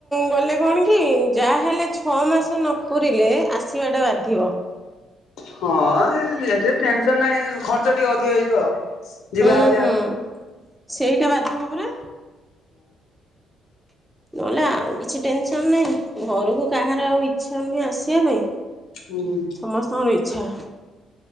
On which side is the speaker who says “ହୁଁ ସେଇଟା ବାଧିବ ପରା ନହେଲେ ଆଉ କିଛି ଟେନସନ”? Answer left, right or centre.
Centre